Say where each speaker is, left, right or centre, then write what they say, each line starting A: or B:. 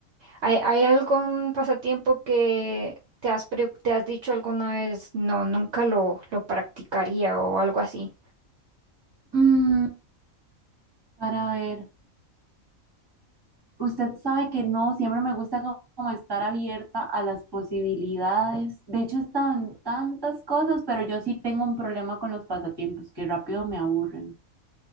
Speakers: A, on the right (about 60°); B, on the right (about 20°).
A: hay, hay algún pasatiempo que te has, pre- te has dicho alguna vez, no, nunca lo, lo practicaría o algo así?
B: Mm, para ver. Usted sabe que no, siempre me gusta co- como estar abierta a las posibilidades. De hecho, he estado en tantas cosas, pero yo sí tengo un problema con los pasatiempos que rápido me aburren.